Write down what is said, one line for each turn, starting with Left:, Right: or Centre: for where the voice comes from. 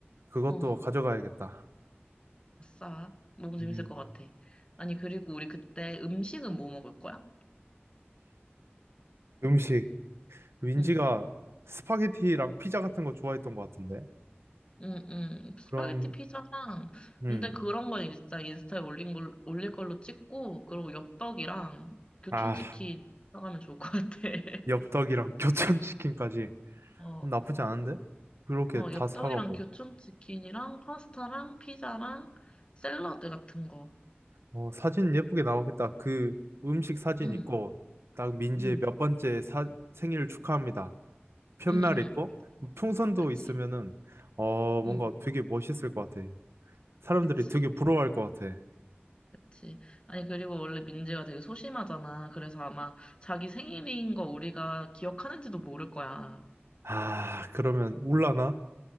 Right: 그것도
Left: 어.
Right: 가져가야겠다.
Left: 아싸. 너무 재밌을
Right: 음.
Left: 것 같아. 아니, 그리고 우리 그때 음식은 뭐 먹을 거야?
Right: 음식. 민지가
Left: 응.
Right: 스파게티랑 피자 같은 거 좋아했던 것 같은데.
Left: 응, 응. 스파게티
Right: 그럼,
Left: 피자랑.
Right: 음.
Left: 근데 그런 건 진짜 인스타에 올린 걸, 올릴 걸로 찍고, 그리고 엽떡이랑 교촌치킨
Right: 아,
Left: 사가면 좋을 것 같아. <laughs>
Right: 엽떡이랑 <laughs> 교촌치킨까지.
Left: 어.
Right: 음, 나쁘지 않은데? 그렇게
Left: 어,
Right: 다
Left: 엽떡이랑
Right: 사가고.
Left: 교촌치킨이랑 파스타랑 피자랑 샐러드 같은 거.
Right: 어, 사진 예쁘게 나오겠다. 그 음식 사진
Left: 응,
Right: 있고, 딱 민지의
Left: 응,
Right: 몇 번째 사, 생일 축하합니다. 편말
Left: 응, 응.
Right: 있고, 풍선도
Left: 그치.
Right: 있으면은, 어, 뭔가
Left: 응,
Right: 되게 멋있을 것 같아. 사람들이
Left: 그치.
Right: 되게 부러워할 것 같아.
Left: 그치. 아니, 그리고 원래 민지가 되게 소심하잖아. 그래서 아마 자기 생일인 거 우리가 기억하는지도 모를 거야.
Right: 아, 그러면 울라나?